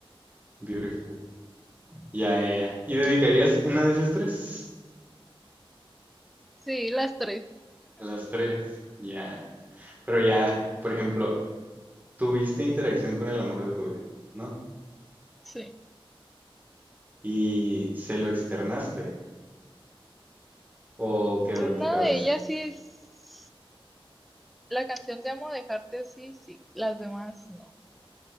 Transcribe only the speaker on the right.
Beautiful. Ya, ya, ya. ¿Y dedicarías una de esas tres?
Las tres. Ya. Pero ya, por ejemplo, tuviste interacción con el amor de tu vida, ¿no?
Y se lo externaste o quedó
en tu cabeza.